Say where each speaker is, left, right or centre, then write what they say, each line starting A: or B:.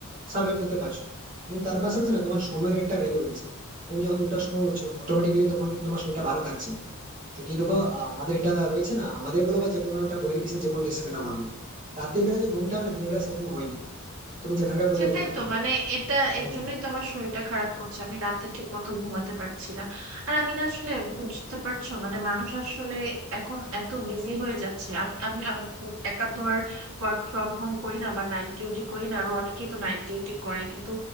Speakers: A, on the right (about 40°); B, on the right (about 80°).
A: সার্ভাইভ করতে পারছো কিন্তু তার পাশাপাশি না তোমার সময়ের একটা ভেদ রয়েছে তুমি যখন দুটার সময় উঠছো অটোমেটিক্যালি তখন কিন্তু তোমার শরীরটা ভালো থাকছে না যদি দেখো আহ, আমাদের এটা রয়েছে না আমাদের বলো বা যে কোনো একটা বহির বিশ্বে যে কোনো দেশের কথা বলো রাতের বেলা যে ঘুমটা হয় না দিনের বেলা সেরকম হয় না তুমি যেখানকার কথাই
B: সেটাই
A: বলো না কেন
B: তো মানে এটা
A: হ্যাঁ
B: এর জন্যই তো আমার শরীরটা খারাপ করছে আমি রাতে ঠিক মতো ঘুমাতে পারছি না আর আমি না আসলে বুঝতে পারছো মানে মানুষ আসলে এখন এত বিজি হয়ে যাচ্ছে আম- আমি আমি খুব একা তো আর ওয়ার্ক ফ্রম হোম করি না বা নাইট ডিউটি করি না আরো অনেকেই তো নাইট ডিউটি করে কিন্তু